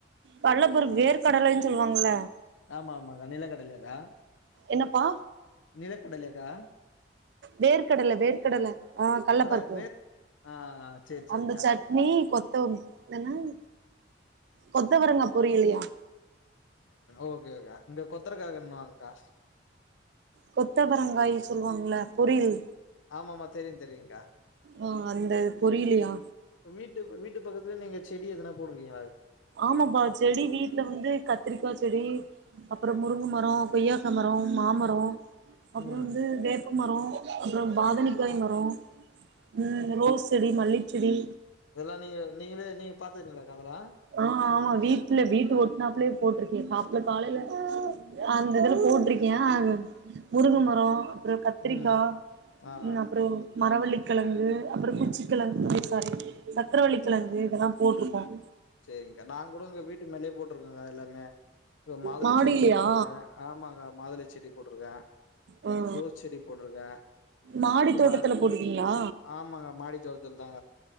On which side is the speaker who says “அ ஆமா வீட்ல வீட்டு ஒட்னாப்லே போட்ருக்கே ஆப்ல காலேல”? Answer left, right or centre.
Right